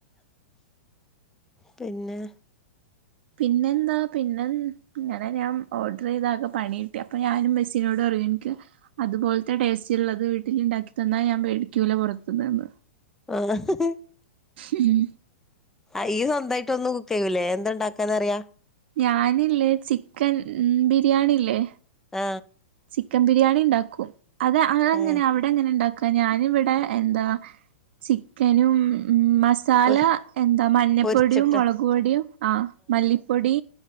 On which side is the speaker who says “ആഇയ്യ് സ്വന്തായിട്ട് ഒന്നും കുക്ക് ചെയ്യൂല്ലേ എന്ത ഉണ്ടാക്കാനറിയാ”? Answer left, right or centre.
Centre